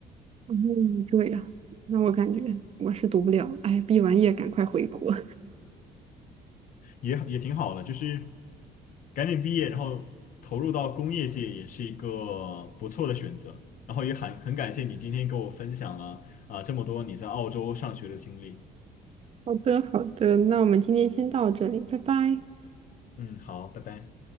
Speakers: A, on the right; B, on the left.
A: 嗯，这样，那我感觉我是读不了，哎，毕完业赶快回国。
B: 也也挺好的，就是赶紧毕业，然后投入到工业界也是一个不错的选择。然后也很很感谢你今天跟我分享了啊、这么多你在澳洲上学的经历。
A: 好的，好的，那我们今天先到这里，拜拜。
B: 嗯，好，拜拜。